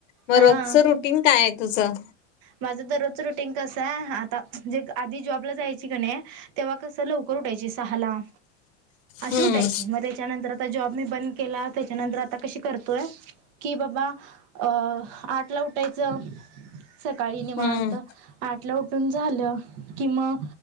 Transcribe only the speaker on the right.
हा
माझं दररोजचं रुटीन कसंय आता जे आधी जॉबला जायची कनी तेव्हा कस लवकर उठायची सहाला अशी
उठायची म त्याच्यानंतर आता जॉब मी बंद केला त्याच्यानंतर आता कशी करतोय कि बाबा अ आटला उठायचं सकाळी निवात
आटला उठ झालं कि म